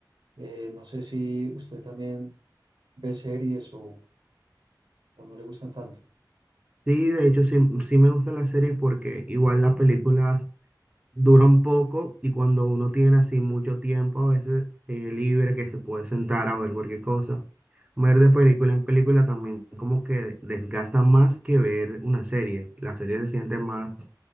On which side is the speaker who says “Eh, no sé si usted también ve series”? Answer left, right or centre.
Right